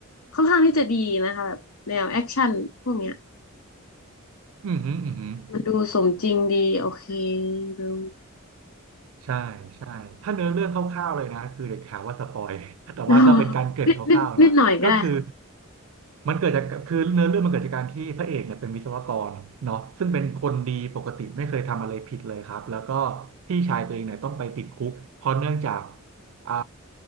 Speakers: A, on the left; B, on the right.
A: ค่อนข้างที่จะดีนะคะแบบแนวแอคชั่นพวกเนี้ย
B: อืมอหืมออือหือ
A: มันดูสมจริงดีโอเคดู
B: ใช่ใช่ถ้าเนื้อเรื่องคร่าวๆเลยนะคือเด็กถามว่าสปอย <laughs>
A: <laughs>
B: แต่ว่าก็เป็นการเกริ่นคร่าวๆเนาะก็คือ
A: อ๋อนิดนิดนิดหน่อยก็ได้ครับ
B: มันเกิดจากคือเนื้อเรื่องมันเกิดจากการที่พระเอกเนี่ยเป็นวิศวกรเนาะซึ่งเป็นคนดีปกติไม่เคยทำอะไรผิดเลยครับแล้วก็พี่ชายตัวเองเนี่ยต้องไปติดคุกเพราะเนื่องจาก อ่า